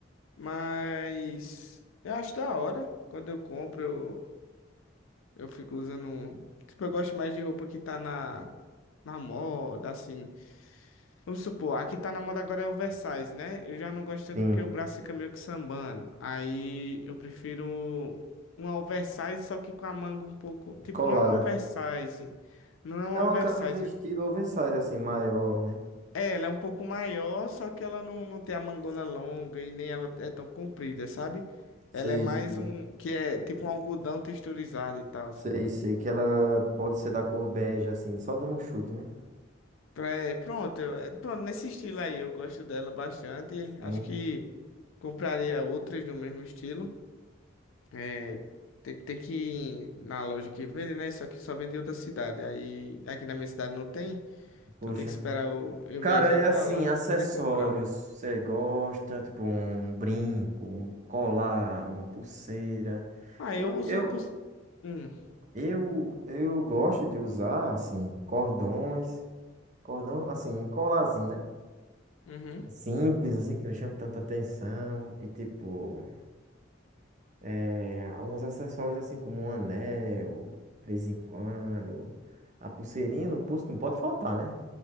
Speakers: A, on the left; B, on the right.
A: Mas eu acho da hora. Quando eu compro, eu, eu fico usando. um- Tipo, eu gosto mais de roupa que tá na, na moda, assim. Vamos supor, aqui tá na moda agora é oversize, né? Eu já não gosto tanto
B: Sim,
A: porque o braço fica meio que sambando. Aí eu prefiro uma oversize, só que com a manga um pouco. Tipo,
B: colada.
A: não é um oversize. Não é um
B: É uma
A: oversize.
B: camisa estilo oversize, assim, maior, né?
A: É, ela é um pouco maior, só que ela não, não tem a mangona longa e nem ela é tão comprida, sabe?
B: Sei,
A: Ela é mais
B: sei.
A: um, que é tipo um algodão texturizado e tal.
B: Sei, sei. Que ela pode ser da cor bege, assim, só dando um chute, né?
A: É, pronto, eu- é, pronto, nesse estilo aí, eu gosto dela bastante.
B: Sim,
A: Acho que compraria outras do mesmo estilo. É, tem, tem que ir na loja que vende, né? Só que só vende em outra cidade. Aí aqui na minha cidade não tem,
B: puxa.
A: então tem que esperar eu, eu
B: Cara,
A: viajar
B: é
A: pra
B: assim,
A: lá
B: acessórios.
A: pra poder comprar.
B: Você gosta, tipo um brinco, um colar, uma pulseira.
A: Ah,
B: Eu,
A: eu uso
B: eu,
A: pros... Hum,
B: eu, eu gosto de usar, assim, cordões, cordão, assim, um colarzinho, né?
A: uhum,
B: É Simples, assim, que não chama tanta atenção. E, tipo, é, alguns acessórios, assim, como um anel, de vez em quando. A pulseirinha no pulso não pode faltar, né?